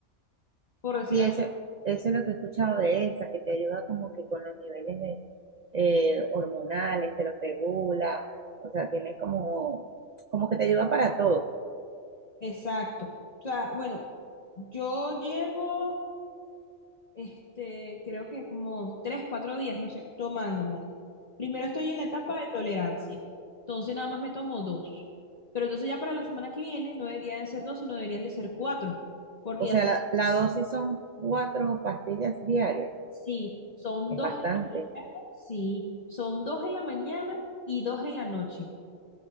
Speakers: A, on the left; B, on the right.
A: por decirlo.
B: Sí, eso, eso es lo que he escuchado de esa, que te ayuda como que con los niveles de, eh, hormonales, te los regula, o sea, tiene como, como que te ayuda para todo.
A: Exacto. O sea, bueno, yo llevo... este, creo que como tres, cuatro días, no sé, tomándomela. Primero estoy en la etapa de tolerancia, entonces nada más me tomo dos. Pero entonces ya para la semana que viene no deberían de ser dos, sino deberían de ser cuatro, porque
B: O
A: ya
B: sea, la, la dosis son cuatro pastillas diarias,
A: sí, son
B: es
A: dos
B: bastante.
A: en la mañana, sí, son dos en la mañana y dos en la noche,